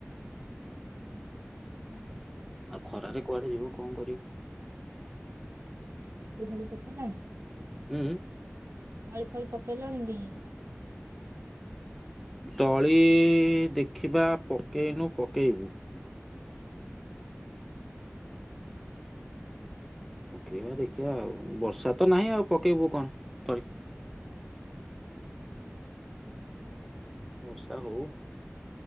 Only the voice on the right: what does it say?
<unintelligible>
ଗୁହାଳ ପକେଇଲଣି?
ତଳି ଫଳି ପକେଇଲଣି କି?